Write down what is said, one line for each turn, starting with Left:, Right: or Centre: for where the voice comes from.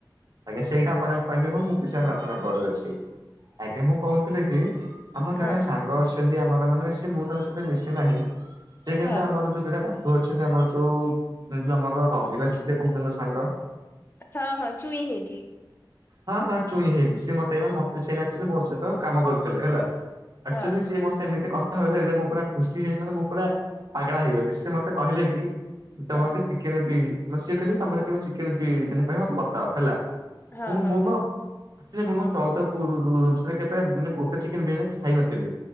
Right: ଆଜ୍ଞା ସେଇଟା ଆପଣଙ୍କ ପାଇଁ ବି ମୁଁ ପସୟରେ ପ୍ରାର୍ଥନା କରୁଅଛି। ଆଜ୍ଞା ମୁଁ କହୁଥିଲି କି ଆମ ଜଣେ
Left: ହଁ
Right: ସାଙ୍ଗ ଅଛନ୍ତି ଆମର ମାନେ ସେ ମୁଁ ତାଙ୍କ ସହିତ ମିଶି ନାହିଁ ସେ କେମତି
Left: ହଁ
Right: ଆମର ଯୋଉ ଦିଟା ବନ୍ଧୁ ଅଛନ୍ତି ଆମର ଯୋଉ ଯୋଉ ଆମର ରଙ୍ଗିଲା ଛୁଟିଆ କଛନ୍ତିଙ୍କ ସାଙ୍ଗ
Left: ହଁ ହଁ ଚୁଇଁ ହେଇ କି।
Right: ହଁ ହଁ ଚୁଇଁ ହେଇକି ସେ ମତେ ନା ମତେ ସେ ନା ଆକ୍ଚୁଲି ମୋ ସହିତ କାମ କରୁଥିଲେ ହେଲା। ଆକ୍ଚୁଆଲି
Left: ହଁ
Right: ସିଏ ମୁଁ ସେମିତି କ କଥା କହିଲେ ଯେ ମୁଁ ପୁରା ଖୁସି ହେଇ ମାନେ ମୁଁ ପୁରା ପାଗଳା ହେଇଗଲି ସେ ମତେ କହିଲେ କି ତମରତ
Left: ହଁ
Right: ଚିକେନ ପିିଏ ସିଏ କହିଲେ କି ତମର କେ ଚିକେନ ପିସ୍ ପାଇଁ ମତେ ବତା ହବ ହେଲା।
Left: ହଁ
Right: ମୁଁ
Left: ହଁ
Right: ମୁଁ
Left: ହଁ।
Right: ମୋ ମୁଁ ମୋ ଚଉଦ ପୁରୁଷ ପୁରୁଷରେ କେବେ ମାନେ ଗୋଟେ ଚିକେନ ବିରିୟାନୀ ଖାଇନଥିଲି।